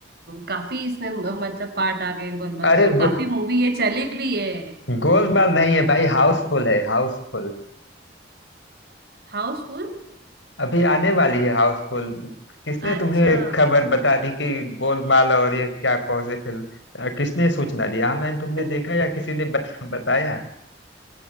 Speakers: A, on the right; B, on the left.
A: काफी इसमें म- मतलब पार्ट आ गए हैं गोलमाल
B: अरे
A: के और काफी
B: गो,
A: मूवी ये चली भी है
B: गोलमाल नहीं है भाई हाउसफुल है हाउसफुल
A: हाउसफुल
B: अभी आने वाली है हाउसफुल किसने
A: अच्छा
B: तुम्हें खबर बता दी कि गोलमाल और ये क्या कौन सी फिल्म अ, किसने सूचना दी ऑनलाइन तुमने
A: <laughs>
B: देखा या किसी ने बत, बताया